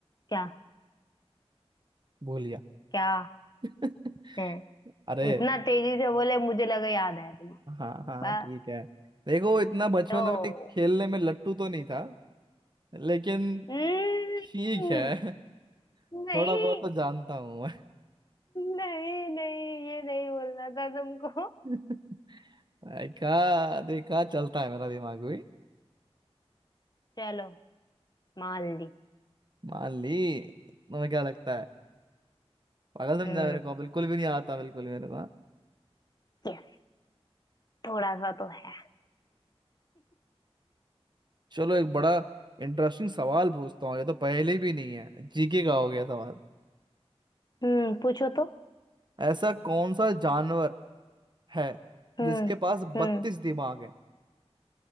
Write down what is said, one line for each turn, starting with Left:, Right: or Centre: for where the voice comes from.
Left: क्या
Right: भूल गया
Left: क्या
Right: <laughs>
Left: है
Right: अरे
Left: इतना तेजी से बोले मुझे लगा याद है तुम्हें
Right: हाँ हाँ
Left: बस
Right: ठीक है देखो इतना बचपन
Left: तो
Right: में खेलने में लट्टू तो नहीं था लेकिन
Left: हम्म,
Right: ठीक है <laughs>
Left: नहीं
Right: थोड़ा बहुत तो जानता हूँ मैं
Left: नहीं नहीं ये नहीं बोलना था तुमको
Right: <laughs> देखा देखा चलता है मेरा दिमाग भी
Left: चलो मान ली
Right: मान ली तुम्हें क्या लगता है पागल समझा
Left: हम्म
Right: मेरे को बिल्कुल भी नहीं आता बिल्कुल भी मेरे को हाँ।
Left: यस थोड़ा सा तो है
Right: चलो एक बड़ा इंटरेस्टिंग सवाल पूछता हूँ ये तो पहले भी नहीं है जीके का हो गया सवाल
Left: हम्म पूछो तो
Right: ऐसा कौन सा जानवर है
Left: हम्म
Right: जिसके पास
Left: हम्म
Right: बत्तीस दिमाग